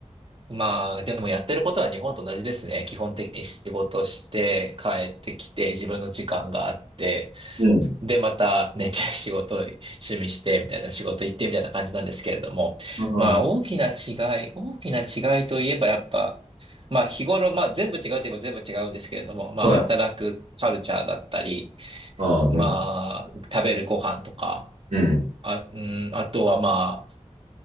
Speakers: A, on the right (about 45°); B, on the right (about 85°).
A: まあ、でもやってることは日本と同じですね。基本的に仕事して帰ってきて自分の時間があって、
B: うん
A: で、また寝て <laughs> 仕事、趣味してみたいな仕事行ってみたいな感じなんですけれども、
B: あ
A: まあ、大きな違い、大きな違いといえばやっぱ、まあ、日頃、まあ、全部違うといえば全部違うんですけれども、まあ、
B: あ、はい。
A: 働くカルチャーだったり、
B: ああ、文化。
A: まあ、食べるご飯とか、
B: うん。
A: あ、うん、あとはまあ、